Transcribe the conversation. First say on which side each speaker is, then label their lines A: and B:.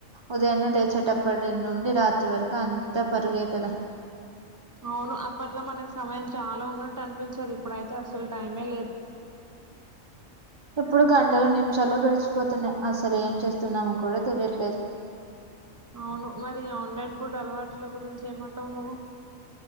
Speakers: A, on the right (about 40°); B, on the right (about 15°).
A: ఉదయన్నే లేచేటప్పటి నుండి రాత్రి వరకు అంతా పరుగాయి కదా
B: అవును అప్పట్లో మనకు సమయం చాలా ఉన్నట్టు అనిపించదు ఇప్పుడైతే అసలు టైమే లేదు
A: ఇప్పుడు గంటలు నిమిషాల్లో గడిచిపోతున్నాయి అసలు ఏం చేస్తున్నామో కూడా తెలియట్లేదు
B: అవును మరి ఆన్‌లైన్ ఇప్పుడు అలవాట్ల గురించి ఏమంటావు నువు